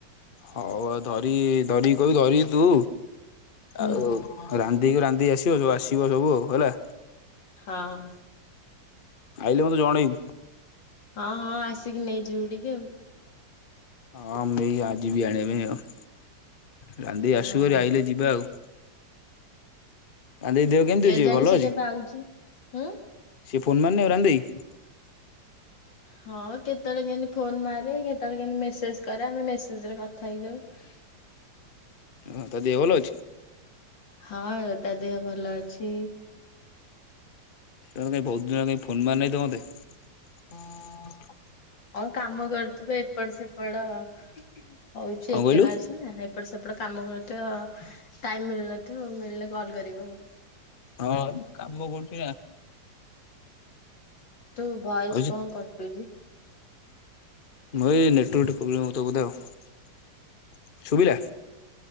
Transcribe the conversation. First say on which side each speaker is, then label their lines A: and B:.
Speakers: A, on the left; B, on the left.
A: ହଉ ଆଉ ଧରି ଧରିକି କ ଧରିି ତୁ।
B: ହୁଁ
A: ଆଉ ରାନ୍ଧିକି ରାନ୍ଧିକି ଆସିବ ସବୁ ଆସିବ ସବୁ ହେଲା।
B: ହଁହଁ।
A: ଆଇଲେ ମତେ ଜଣେଇବୁ।
B: ହଁ ହଁ ଆସିକି ନେଇଯିବୁ ଟିକେ ଆଉ।
A: ହଁ ମୁଁ ନେଇି ଯିବି ଆଣିବା ପାଇଁ ଆଉ ରାନ୍ଧିକି
B: ହଁ।
A: ଆସିବୁ ଭାରି ଆଇଲେ ଯିବା ଆଉ। ଆ ଦେଇ ଦେହ କେମିତି
B: କେଜାଣି
A: ଅ ଯିବ ଭଲ
B: ସେ
A: ଅଛି।
B: କେବେ ଆଉଚି। ହୁଁ
A: ସେ ଫୋନ୍ ମାନେ ରାନି ଦେଇ।
B: ହଁ କେତେବେଳେ କେମତି ଫୋନ ମାରେ କେତେବେଳେ କେମତି ମେସେଜ କରେ ଆମେ ମେସେଜ ରେ କଥା ହେଇଯାଉୁ।
A: ହ ତ ଦେହ ଭଲ ଅଛି।
B: ହଁ ତା ଦେହ ଭଲ ଅଛି।
A: ତା ମାନେ ବହୁତ ଦିନ ହେଲାଣି ଫୋନ ପାନ ନାଇଁ ତ ମୋତେ।
B: ହଉ କାମ କରୁଥିବେ ଏପଟ ସେପଟ। ହଉଛି
A: କଣ
B: ଏକଲା
A: କହିଲୁ?
B: ଅଛି ନା ଏପଟେ ସେପଟେ। କାମ କରୁଥିବ ଟାଇମ ମିଳୁନଥିବ ମିଳିଲେ କଲ୍ କରିବ ଆଉ।
A: ହଁ କାମ କରୁଛି ଆ
B: ତୁ ଭଏସ
A: ଆଉ ସେ
B: କଣ କଟୁଚି।
A: ମୋର ଏ ନେଟୱର୍କ ଟା ପ୍ରୋବ୍ଲେମ ହଉଥିବ ବୋଧେ ଆଉ ଶୁଭିଲା।